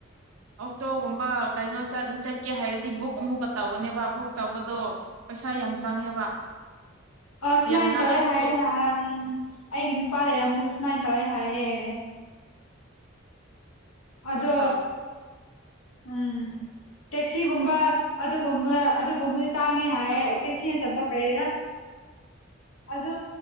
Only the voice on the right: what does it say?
ꯑꯣꯛꯇꯣꯒꯨꯝꯕ ꯀꯩꯅꯣ ꯆꯠꯀꯦ ꯍꯥꯏꯔꯗꯤ ꯕꯨꯛ ꯑꯃꯨꯛꯀ ꯇꯧꯒꯅꯦꯕ ꯕꯨꯛ ꯇꯧꯕꯗꯣ ꯄꯩꯁꯥ ꯌꯥꯝ ꯆꯪꯉꯦꯕ
ꯌꯥꯝ ꯅꯛꯑꯁꯨ
ꯑꯗꯨꯝ ꯇꯧꯒꯅꯤ